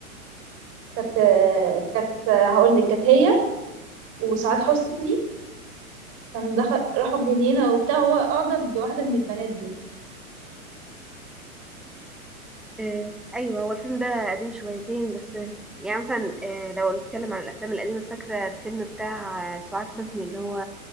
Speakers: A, on the right; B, in the centre.
A: كانت آه، كانت آه، هقول لك كانت هي وسعاد حسني كانوا دخل راحوا جنينة وبتاع هو أعجب بواحدة من البنات دي
B: آه، ايوه هو الفيلم ده قديم شويتين بس آه، يعني مثلا آه، لو نتكلم عن الافلام القديمه فاكره الفيلم بتاع آه، سعاد حسني اللي هو